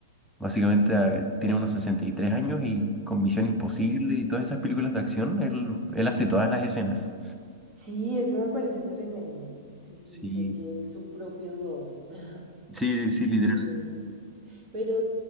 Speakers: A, in the centre; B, on the right.
A: básicamente eh, tiene unos 63 años y con Misión Imposible
B: así. Sí,
A: y todas esas películas de acción, él, él hace todas las escenas.
B: Sí, eso me parece tremendo. Sí, sí,
A: Sí,
B: sé que es su propio doble. <laughs>
A: sí, sí, literal,
B: Eh, Pero